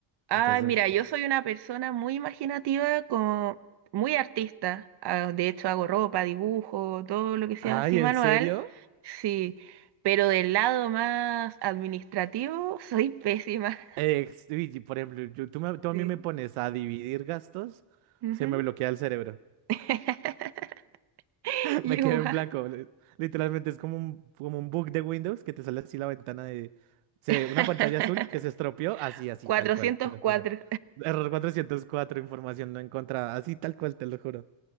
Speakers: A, on the right; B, on the right.
A: Ay,
B: Entonces,
A: mira, yo soy una persona muy imaginativa, como muy artista. Ah, de hecho, hago ropa, dibujo, todo lo que sea
B: ay,
A: así
B: ¿en
A: manual.
B: serio?
A: Sí, pero del lado más administrativo <laughs> soy pésima.
B: Ex- uy, y por ejemplo, yo- tú, me- tú
A: Sí.
B: a mí me pones a dividir gastos,
A: Ujú.
B: se me bloquea el cerebro.
A: <laughs> Igual.
B: Me quedé en blanco. li- Literalmente es como un, como un bug de Windows que te sale así la ventana de... se-
A: <laughs>
B: una pantalla azul que se estropeó, así, así,
A: cuatrocientos
B: tal cual, te lo
A: cuatro.
B: juro. Error 404 información no encontrada, así, tal cual, te lo juro.